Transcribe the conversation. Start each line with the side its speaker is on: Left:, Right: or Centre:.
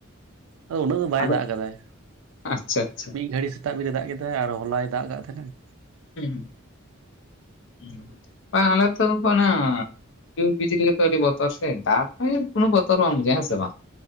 Right: ᱟᱫᱚ ᱩᱱᱟᱹᱜ ᱫᱚ ᱵᱟᱭ
Left: ᱟᱫᱚ
Right: ᱫᱟᱜ ᱠᱟᱫᱟᱭ ᱾
Left: ᱟᱪᱪᱷᱟ
Right: <inaudible>
Left: ᱟᱪᱪᱷᱟ
Right: ᱢᱤᱫ ᱜᱷᱟᱹᱲᱤᱡ ᱥᱮᱛᱟᱜ ᱵᱤᱨᱮ ᱫᱟᱜ ᱠᱮᱫᱟᱭ ᱟᱨ ᱦᱚᱞᱟᱭ ᱫᱟᱜ ᱠᱟᱜ ᱛᱟᱦᱮᱸᱱᱟ᱾
Left: <unintelligible> ᱦᱩᱰᱤᱝ ᱵᱤᱡᱽᱞᱤ ᱜᱮᱛᱚ ᱟᱹᱰᱤ ᱵᱚᱛᱚᱨ ᱥᱮ ᱫᱟᱜᱟᱭ ᱠᱳᱱᱳ ᱵᱚᱛᱚᱨ ᱵᱟᱝ ᱵᱩᱡᱩᱜᱼᱟ ᱦᱮᱸᱥᱮ ᱵᱟᱝ ᱾